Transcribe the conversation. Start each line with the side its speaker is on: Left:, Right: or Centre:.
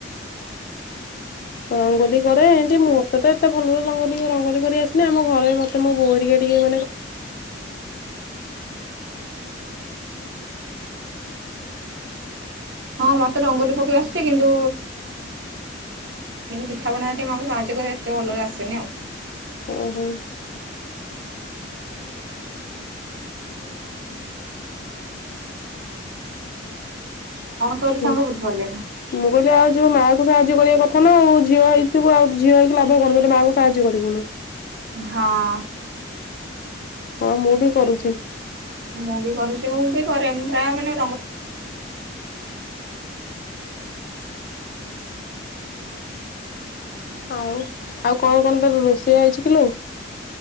Left: ରଙ୍ଗୋଲି
Right: ଏମିତି ସବୁ
Left: କରେ
Right: ଦୀପାବଳି
Left: ଏମତି
Right: ଆଉ।
Left: ମ ଟିକେ ରଙ୍ଗୋଳି କରି ଆସେନି ଆମ ଘରେ ବି ମତେ ମୋ ବୋଉ ହେରିକା
Right: ହଁ ମତେ ରଙ୍ଗୋଲି ପକେଇ ଆସିଛି କିନ୍ତୁ ପୀଠ ପଣରେ ମା କୁ ସାହାଯ୍ୟ କରେ କିନ୍ତୁ ଅଟେ ଭଲରେ ଆସେନି ଆଉ।
Left: ଓହୋ। <unintelligible>
Right: କଣ କହିଲୁ ସାଙ୍ଗ ବୁଝିପାରିଲିନି।
Left: ସାହାଯ୍ୟ
Right: ହଁ
Left: ହଁ ମୁଁ ବି କରୁଛି।
Right: ମୁଁ ବି କରୁଛି ମୁଁ ବି କରେ ମୁଁ ପ୍ରାୟ ମାନେ
Left: ଆଉ ଆଉ କଣ କଣ ତାର ରୋଷେଇ ହେଇଛି କିିଲୋ।